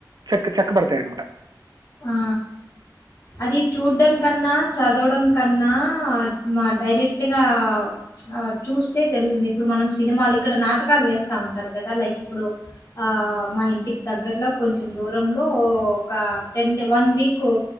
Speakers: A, on the right; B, on the left.
A: చెక్క చెక్కబడతాయ్ అన్నమాట
B: ఆ అది చూడ్డం కన్నా చదవడం కన్నా మా డైరెక్ట్గా ఆ చూస్తే తెలుస్తుంది ఇప్పుడు మనం సినిమాలు ఇక్కడ నాటకాలు వేస్తా ఉంటారు కదా లైక్ ఇప్పుడు అ ఆ మా ఇంటికి దగ్గరలో కొంచెం దూరంలో ఒక టెన్ డేమ్ వన్ వీక్